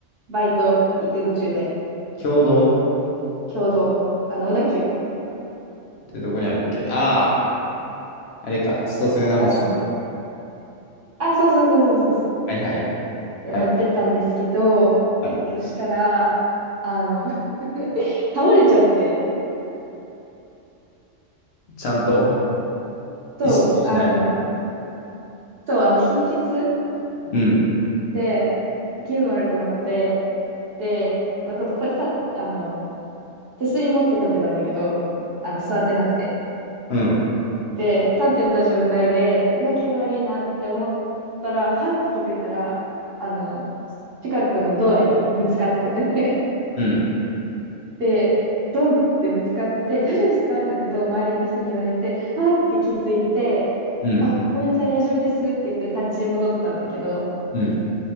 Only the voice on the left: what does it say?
共同っ
てどこにあるっけああー、あれか。千歳船橋。
はいはい。
はい。
はい。
ちゃんと
意識しない。
うん。
うん。
うん。
うん。
うん。